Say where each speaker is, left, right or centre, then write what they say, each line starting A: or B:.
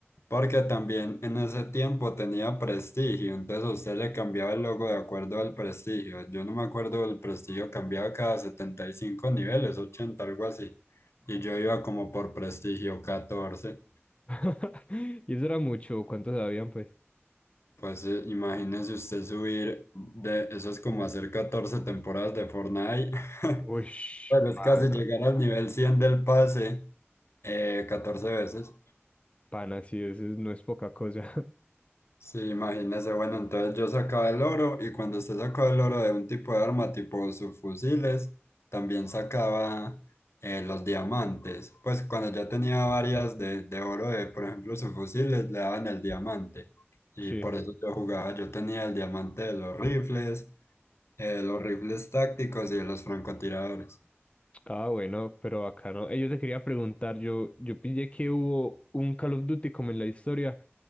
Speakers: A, on the left; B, on the left.
A: Porque también en ese tiempo tenía prestigio, entonces a usted le cambiaba el logo de acuerdo al prestigio. Yo no me acuerdo, el prestigio cambiaba cada 75 niveles, 80 algo así. Y yo iba como por prestigio catorce
B: <laughs> Y eso era mucho, ¿cuántos habían, pues?
A: Pues eh, imagínese usted subir de, eso es como hacer 14 temporadas de Fortnite. <laughs>
B: Uy,
A: Bueno, es
B: pana,
A: casi llegar al nivel 100 del pase eh, 14 veces.
B: pana, sí, eso es- no es poca cosa.
A: Sí, imagínese, bueno, entonces yo sacaba el oro y cuando usted sacaba el oro de un tipo de arma, tipo sus fusiles, también sacaba eh, los diamantes. Pues cuando ya tenía varias de, de oro de, por ejemplo, sus fusiles, le daban el diamante. Y
B: <laughs> Sí.
A: por eso yo jugaba, yo tenía el diamante de los rifles, eh, los rifles tácticos y los francotiradores.
B: Ah, bueno, pero acá no. Eh, yo te quería preguntar, yo, yo pillé que hubo un Call of Duty como en la historia,